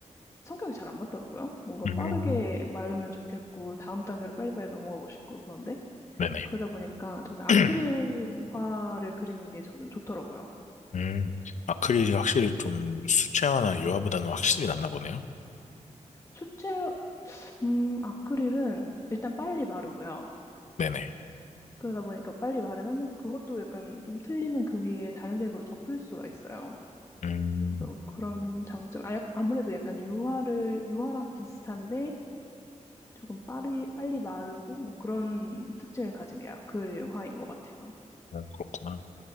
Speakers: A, on the left (about 25°); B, on the left (about 70°).
A: 성격이 잘 안 맞더라고요. 뭔가
B: 음,
A: 빠르게 마르면 좋겠고, 다음 단계로 빨리빨리 넘어가고 싶고, 그런데,
B: 네네.
A: 그러다 보니까 저는 아크릴화를
B: <clears throat>
A: 그리는 게 저는 좋더라고요.
B: 음, 아크릴이 확실히 좀 수채화나 유화보다는 확실히 낫나 보네요.
A: 수채, 음, 아크릴은 일단 빨리 마르고요.
B: 네네.
A: 그러다 보니까 빨리 마르면 그것도 약간 좀 틀리면 그 위에 다른 색으로 덮을 수가 있어요.
B: 음,
A: 그래서 그런 장점, 아, 약- 아무래도 약간 유화를, 유화랑 비슷한데 조금 빠르, 빨리 마르고 뭐 그런 특징을 가진 게 아크릴화인 것 같아요.
B: 어, 그렇구나.